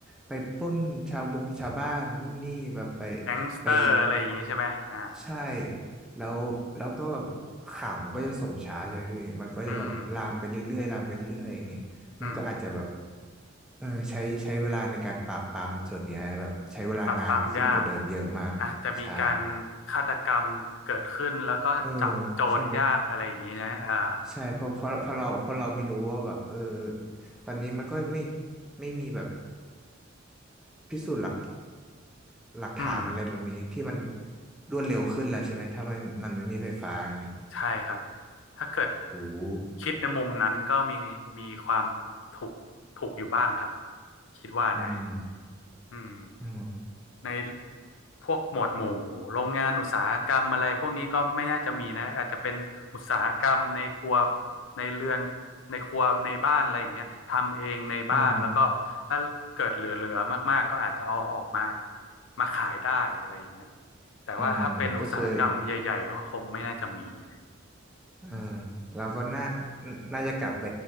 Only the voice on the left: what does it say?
แก๊งสเตอร์อะไรอย่างงี้ใช่ไหมอ่า
อืมอืม
ปราบปรามยากอาจจะมีการฆาตกรรมเกิดขึ้นแล้วก็จับโจรยากอะไรอย่างนี้นะอ่า
อืม
ใช่ครับถ้าเกิด
คิดในมุมนั้นก็มีมีความถูกถูกอยู่บ้างครับคิดว่านะ
อืม
ในพวกหมวดหมู่โรงงานอุตสาหกรรมอะไรพวกนี้ก็ไม่น่าจะมีนะอาจจะเป็นอุตสาหกรรมในครัวในเรือนในครัวในบ้านอะไรอย่างเงี้ยทำเองในบ้านแล้วก็ถ้าเกิดเหลือๆมากๆก็อาจจะเอาออกมา
มาขายได้อะไรอย่างเงี้ยแต่ว่าถ้าเป็นอุตสาหกรรมใหญ่ๆก็คงไม่น่าจะมีนะ